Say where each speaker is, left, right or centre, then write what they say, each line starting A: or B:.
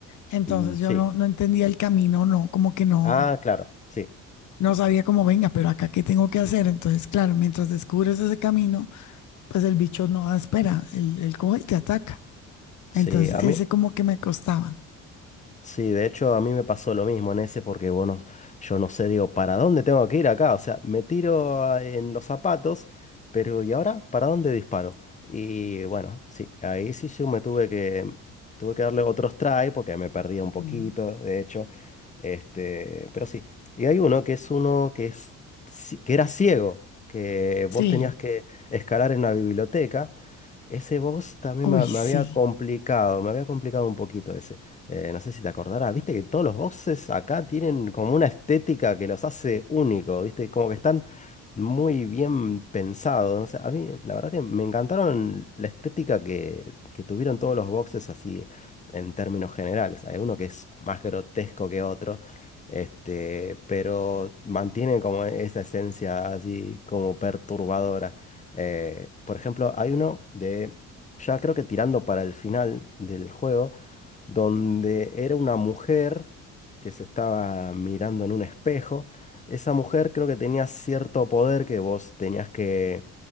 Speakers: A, on the left; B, on the left.
A: Entonces
B: Mm, sí.
A: yo no, no entendía el camino, no, como que no,
B: Ah, claro, sí.
A: No sabía cómo venga, pero acá qué tengo que hacer. Entonces, claro, mientras descubres ese camino, pues el bicho no da espera, él, él coge y te ataca.
B: Sí,
A: Entonces,
B: a mí,
A: ese como que me costaba.
B: Sí, de hecho a mí me pasó lo mismo en ese porque, bueno, yo no sé, digo, ¿para dónde tengo que ir acá? O sea, me tiro a- en los zapatos, pero ¿y ahora? ¿Para dónde disparo? Y bueno, sí, ahí sí yo me tuve que, tuve que darle otros try porque me perdía un poquito,
A: Ujú.
B: de hecho. Este, pero sí. Y hay uno que es uno que es, ci- que era ciego, que vos
A: Sí,
B: tenías que escalar en una biblioteca ese boss también
A: uy,
B: me, me
A: sí.
B: había complicado, me había complicado un poquito ese. Eh, no sé si te acordarás, viste que todos los bosses acá tienen como una estética que los hace únicos, viste, como que están muy bien pensados. No sé, a mí la verdad que me encantaron la estética que, que tuvieron todos los bosses así en términos generales. Hay uno que es más grotesco que otro, este, pero mantiene como esa esencia así como perturbadora. Eh, por ejemplo, hay uno de, ya creo que tirando para el final del juego, donde era una mujer que se estaba mirando en un espejo. Esa mujer creo que tenía cierto poder que vos tenías que